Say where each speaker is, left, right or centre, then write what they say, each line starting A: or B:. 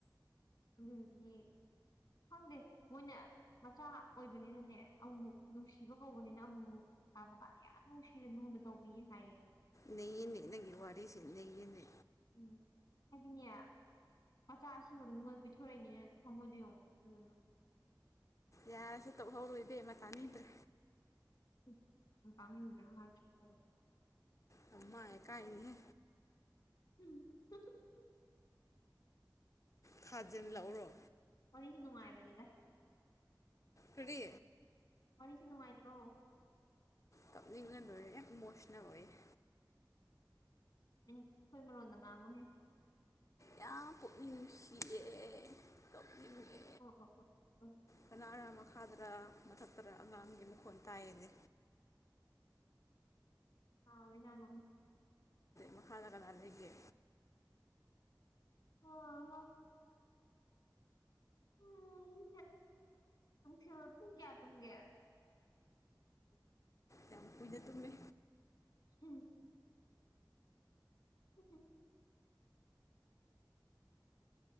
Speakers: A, on the left; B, on the left.
A: ꯑꯗꯨꯗꯨꯗꯤ ꯈꯪꯗꯦ ꯃꯣꯏꯅ ꯃꯆꯥ ꯑꯣꯏꯕꯅꯤꯅꯅꯦ ꯑꯃꯨꯃꯨꯛ ꯅꯨꯡꯁꯤꯕ ꯀꯧꯕꯅꯤꯅ ꯑꯃꯨꯃꯨꯛ ꯀꯥ ꯃꯀꯥꯗ ꯌꯥꯝ ꯅꯨꯡꯁꯤꯅ ꯂꯨꯅ ꯇꯧꯕꯤꯌꯦ ꯍꯥꯏꯌꯦ
B: ꯅꯩꯌꯦꯅꯦ ꯅꯪꯒꯤ ꯋꯥꯔꯤꯁꯦ ꯅꯌꯦꯅꯦ
A: ꯎꯝ ꯍꯥꯏꯗꯤꯅꯦ ꯃꯆꯥ ꯑꯁꯤꯡꯕꯗꫭ ꯃꯤꯉꯣꯟꯗ ꯄꯤꯊꯣꯔꯛꯏꯅꯦ ꯊꯝꯃꯣꯏꯗꫭ ꯌꯦꯡꯉꯣ ꯑꯗꯨ
B: ꯌꯥꯔꯦꯁꯦ ꯇꫭꯛꯍꯧꯔꯣ ꯏꯕꯦꯝꯃ ꯇꯥꯅꯤꯡꯗ꯭ꯔꯦ
A: <unintelligible>
B: ꯅꯃꯥꯏꯒ ꯀꯥꯏꯅꯤꯍꯦ
A: <unintelligible>
B: ꯊꯥꯖꯤꯟ ꯂꯛꯎꯔꯣ
A: ꯋꯥꯔꯤ ꯅꯨꯡꯉꯥꯏꯕꯅꯤꯗ
B: ꯀꯔꯤ
A: ꯋꯥꯔꯤꯁꯤ ꯅꯨꯡꯉꯥꯏꯇ꯭ꯔꯣ
B: ꯀꯞꯅꯤꯡꯉ ꯂꯣꯏꯔꯦꯍꯦ ꯏꯃꯣꯁꯅꯦꯜ ꯑꯣꯏꯌꯦ
A: ꯅꯪ ꯑꯩꯈꯣꯏ ꯃꯔꯣꯟꯗ ꯉꯥꯡꯉꯨꯍꯦ
B: ꯌꯥꯝ ꯄꯨꯛꯅꯤꯡ ꯅꯨꯡꯁꯤꯌꯦ ꯀꯞꯅꯤꯡꯉꯦ
A: ꯍꫭ ꯍꯣ ꯍꯣꯏ ꯎꯝ
B: ꯀꯅꯥꯔ ꯃꯈꯥꯗꯔ ꯃꯊꯛꯇꯔ ꯑꯉꯥꯡꯒꯤ ꯃꯈꯣꯟ ꯇꯥꯏꯌꯦꯅꯦ
A: ꯑ ꯑꯣꯏꯔꯃ <inaudible> <unintelligible>
B: ꯃꯈꯗ ꯀꯥꯅ ꯂꯩꯒꯦ
A: ꯑꯣ ꯍ <unintelligible> <inaudible> ꯎꯝ ꯎ ꯐꯔꯪ ꯄꯨꯡ ꯀꯌꯥ ꯇꯝꯒꯦ
B: ꯌꯥꯝ ꯀꯨꯏꯅ ꯇꯨꯝꯃꯦ
A: ꯎꯝ <unintelligible> <inaudible> ꯎꯝ ꯍꯨꯝ <unintelligible> <inaudible>